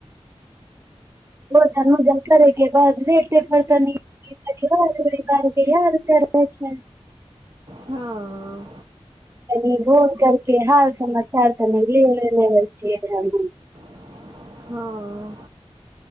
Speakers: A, on the right; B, on the right.
A: भोजन ओजन करे के बाद गेटे पर कनी धियार कर ने छै
B: हँ
A: कनी फोन न करके हाल समाचार तनी ले ले छियै हमू
B: <unintelligible> अं